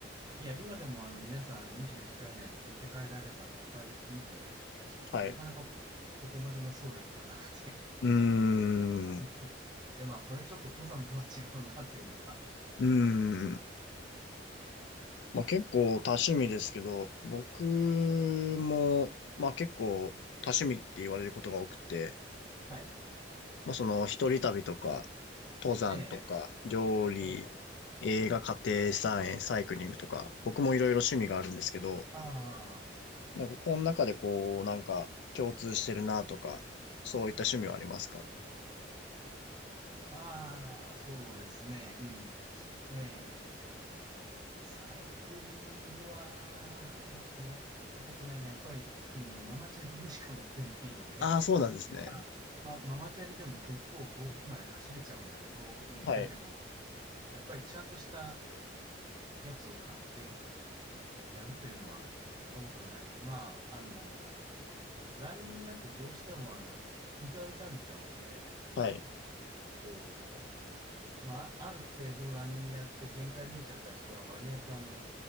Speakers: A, on the right; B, on the left.
A: いや、今でもあの皆さん24時間以内に行って帰られればいっぱいいるんだけど、
B: はい。
A: なかなか僕そこまでの走力がなくて。
B: うー
A: <laughs>
B: ん。
A: で、まあ、これちょっと登山とは違うなというのが。
B: うん。まあ結構多趣味ですけど、僕も、まあ結構多趣味って言われることが多くて、
A: はい。
B: まあその一人旅とか、登山とか、
A: ええ、
B: 料理、
A: ええ。
B: 映画、家庭菜園、サイクリングとか、僕もいろいろ趣味があるんですけど、
A: ああ、
B: なんかこの中でこう、なんか共通してるなとか、そういった趣味はありますか
A: ああ、そうですね。うん。ええ、サイクリングは、や、やったことないな。やっぱり、うん、ママチャリにしか乗ってないので。
B: ああー、そうなんですね。
A: あま、ママチャリでも結構遠くまで走れちゃうんだけど、うん、
B: はい。
A: だけど、やっぱりちゃんとしたやつを買ってやるというのはやったことないな。まあ、あの、ランニングだとどうしてもあの、膝を痛めちゃうんで、
B: はい。
A: こう、まあ、ある程度ランニングやって限界見えちゃった人が割合とあの、